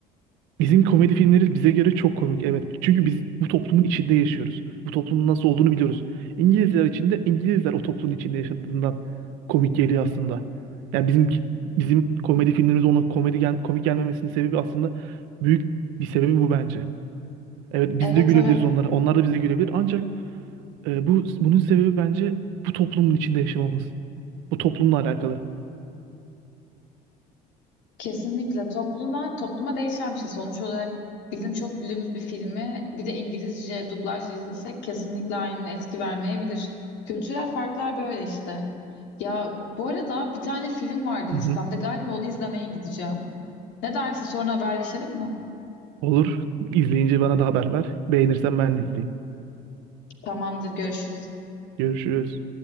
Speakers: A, on the right; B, on the left.
A: Bizim komedi filmleri bize göre çok komik evet. Çünkü biz bu toplumun içinde yaşıyoruz. Bu toplumun nasıl olduğunu biliyoruz. İngilizler için de İngilizler o toplumun içinde yaşadığından komik geliyor aslında. Yani bizim bizim komedi filmlerimiz ona komedi gel komik gelmemesinin sebebi aslında büyük bir sebebi bu bence. Evet biz
B: Evet
A: de gülebiliriz
B: evet.
A: onlara. Onlar da bize gülebilir. Ancak e, bu bunun sebebi bence bu toplumun içinde yaşamamız. Bu toplumla alakalı.
B: Kesinlikle toplumdan topluma değişen bir şey. Sonuç olarak bizim çok güldüğümüz bir filmi bir de İngilizce dublajla izlesek kesinlikle aynı etki vermeyebilir. Kültürel farklar böyle işte. Ya bu arada bir tane film vardı
A: Hı
B: listemde.
A: hı.
B: Galiba onu izlemeye gideceğim. Ne dersin sonra haberleşelim mi?
A: Olur. İzleyince bana da haber ver. Beğenirsen ben de izleyeyim.
B: Tamamdır görüşürüz.
A: Görüşürüz.